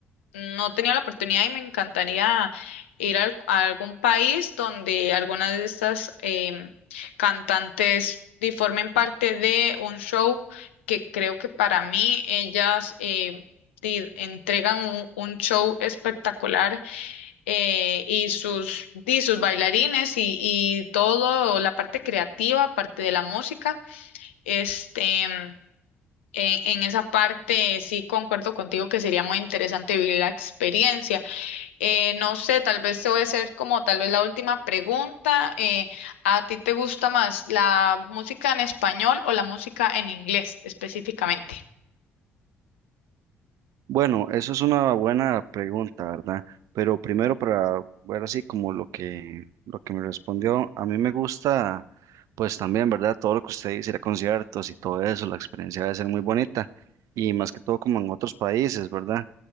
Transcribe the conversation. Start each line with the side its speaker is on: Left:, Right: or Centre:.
Left: no he tenido la oportunidad y me encantaría ir al- a algún país donde algunas de estas em, cantantes di- formen parte de un show que creo que para mí ellas eh, di- entregan un, un show espectacular eh, y sus, di, sus bailarines y, y todo, la parte creativa, parte de la música, este... em, En, en esa parte sí concuerdo contigo que sería muy interesante vivir la experiencia. Eh, no sé, tal vez te voy a hacer como tal vez la última pregunta. eh, ¿a ti te gusta más la música en español o la música en inglés específicamente?
Right: Bueno, eso es una buena pregunta, ¿verdad? Pero primero para ver así como lo que lo que me respondió, a mí me gusta pues también, ¿verdad? Todo lo que usted dice, ir a conciertos y todo eso, la experiencia debe ser muy bonita y más que todo como en otros países, ¿verdad?